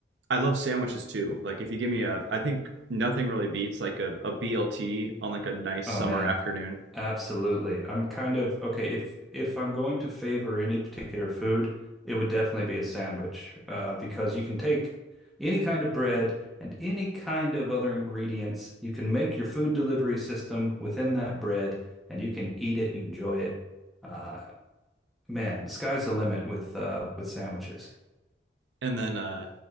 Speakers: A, on the right; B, in the centre.
A: I love sandwiches too. Like if you give me a, I think nothing really beats like a, BLT on like a nice
B: Oh
A: summer
B: man,
A: afternoon.
B: absolutely. I'm kind of okay. If if I'm going to favor any particular food, it would definitely be a sandwich, uh, because you can take any kind of bread and any kind of other ingredients. You can make your food delivery system within that bread, and you can eat it, enjoy it. Uh, Man, the sky's the limit with uh with sandwiches.
A: And then uh,